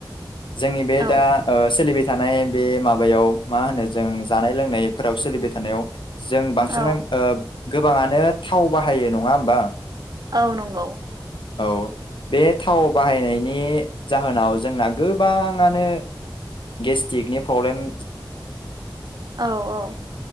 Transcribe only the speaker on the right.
औ
औ
औ नंगौ
औ औ